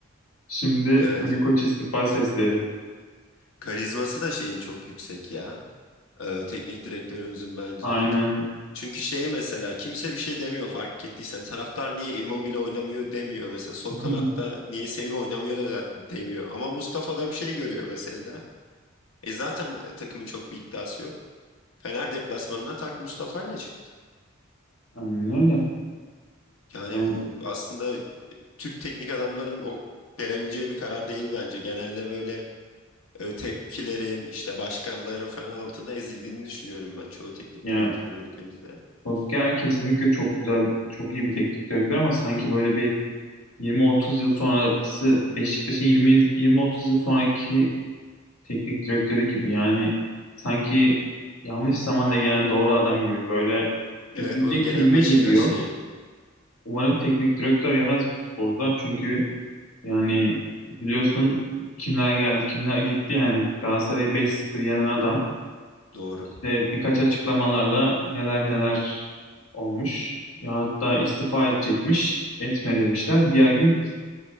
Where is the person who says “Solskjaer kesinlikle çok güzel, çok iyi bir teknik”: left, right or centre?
Left